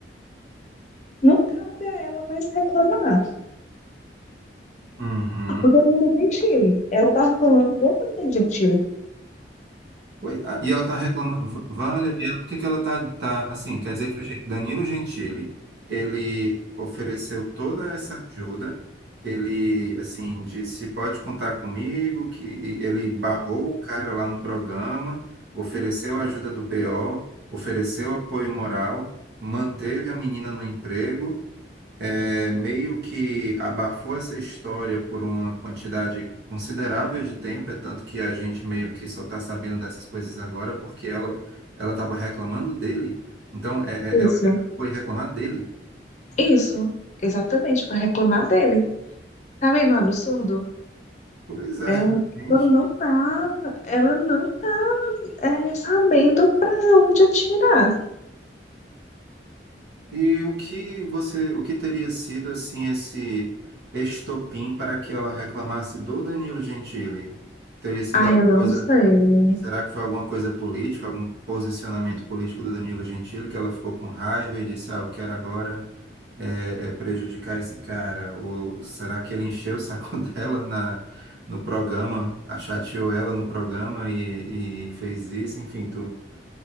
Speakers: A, on the left (about 40°); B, on the right (about 70°).
A: não cabe a ela mais reclamar
B: Uhum.
A: do Danilo Gentili. Ela está reclamando do Danilo Gentili.
B: Pois- ah, E ela está reclamando, vale, e ela- o que que ela está, tá, tá, assim, quer dizer que o Gen- Danilo Gentili, ele ofereceu toda essa ajuda, ele, assim, disse, pode contar comigo, que e ele barrou o cara lá no programa, ofereceu a ajuda do BO, ofereceu apoio moral, manteve a menina no emprego, é, meio que abafou essa história por uma quantidade considerável de tempo, é tanto que a gente meio que só está sabendo dessas coisas agora porque ela ela estava reclamando dele, então é,
A: Isso,
B: é, ela foi reclamar dele.
A: isso, exatamente, para reclamar dele. Tá vendo o absurdo?
B: Pois é,
A: É, ela
B: realmente.
A: não tá, ela não tá, é, sabendo pra onde atirar.
B: E o que você, o que teria sido assim esse estopim para que ela reclamasse do Danilo Gentili? Teria sido
A: Ah,
B: alguma
A: eu não
B: coisa
A: sei.
B: Será que foi alguma coisa política, algum posicionamento político do Danilo Gentili que ela ficou com raiva e disse, ah, eu quero agora é, é prejudicar esse cara? Ou será que ele encheu o saco <laughs> dela na, no programa, a chateou ela no programa e, e fez isso? Enfim, tu,